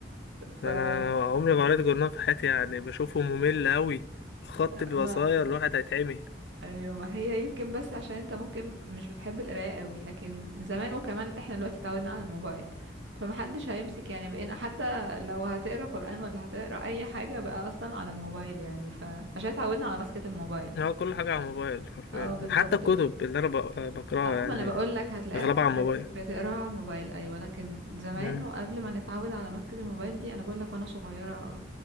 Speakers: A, on the right (about 75°); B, on the left (about 60°).
A: فلا
B: ده انا انا عمري ما قريت جورنال في حياتي يعني بشوفه ممل قوي الخط بيبقى
A: ما
B: صغير الواحد هيتعمي
A: ايوه ما هي يمكن بس عشان انت ممكن مش بتحب القرايه قوي لكن زمان وكمان احنا دلوقتي اتعودنا على الموبايل فمحدش هيمسك يعني بقينا حتى لو هتقرا قرآن ولا هتقرا اي حاجه بقى اصلا على الموبايل يعني فعشان اتعودنا على مسكة الموبايل
B: اه كل حاجه على الموبايل حرفيا
A: اه بالظبط
B: حتى الكتب اللي انا ب- بقراها
A: اه ما
B: يعني
A: انا بقول لك هتلاقيك
B: اغلبها على
A: بت...
B: الموبايل
A: بتقراها على الموبايل ايوه لكن زمان
B: مم.
A: وقبل ما نتعود على مسكة الموبايل دي انا بقول لك وانا صغيره